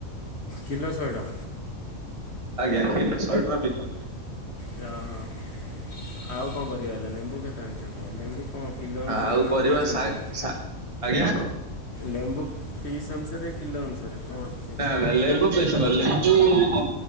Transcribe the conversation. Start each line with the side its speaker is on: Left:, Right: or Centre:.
Left: କିଲୋ ଶହେ ଟଙ୍କା।
Right: ଆଜ୍ଞା କିଲୋ ଶହେ ଟଙ୍କା ବିକୁଛୁ।
Left: ୟା ହଁ। ଆଉ କଣ ପରିବା ହେଲା ଲେମ୍ବୁ କେତେ ଆଣିଛ କଣ ଲେମ୍ବୁ କଣ କିଲୋ ଅନୁସାରେ
Right: ଆଉ
Left: ନା
Right: ପରିବା
Left: ପିସ୍
Right: ସା
Left: ଅନୁସାରେ?
Right: ସା ଆଜ୍ଞା
Left: ଲେମ୍ବୁ ପିସ୍ ଅନୁସାରେ କିିଲୋ ଅନୁସାରେ କଣ ଆସୁଛି?
Right: ଥାନ୍ତା ଲେମ୍ବୁ ପିସ୍ ନୁହଁ ଲେମ୍ବୁକୁ